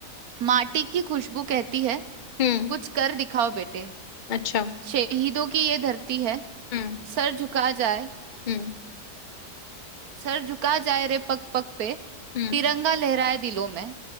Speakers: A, on the right; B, on the left.
A: माटी की खुशबू कहती है
B: हम्म,
A: कुछ कर दिखाओ बेटे
B: अच्छा
A: शहीदों की ये धरती है
B: हम्म
A: सर झुका जाए
B: हम्म
A: सर झुका जाए रे पग पग पे
B: हम्म
A: तिरंगा लहराए दिलों में